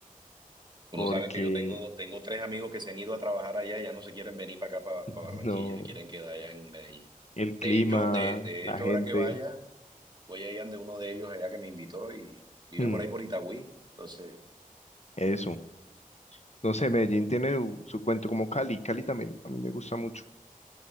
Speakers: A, on the right; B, on the left.
A: Uno
B: Porque
A: sabe que yo tengo, tengo tres amigos que se han ido a trabajar allá y ya no se quieren venir para acá, para,
B: <laughs>
A: para Barranquilla,
B: no,
A: se quieren quedar allá en Medellín.
B: el clima,
A: De hecho, de, de
B: la
A: hecho,
B: gente,
A: ahora que vaya, voy a ir de uno de ellos allá que me invitó y vive
B: mm,
A: por ahí por Itagüí. Entonces,
B: eso. No sé, Medellín tiene su, su cuento como Cali. Cali también, a mí me gusta mucho.